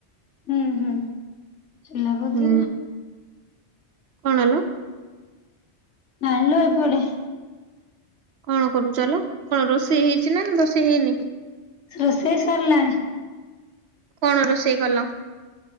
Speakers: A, on the left (about 80°); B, on the right (about 65°).
A: ହୁଁ ହୁଁ ହେଲା ବୋଧେ
B: ହୁଁ କଣ ଲୋ।
A: ନାଇଲୋ ଏପଟେ।
B: କଣ କରୁଚ ଲୋ କଣ ରୋଷେଇ ହେଇଛି ନା ରୋଷେଇ ହେଇନି?
A: ରୋଷେଇ ସରିଲାଣି।
B: କଣ ରୋଷେଇ କଲ?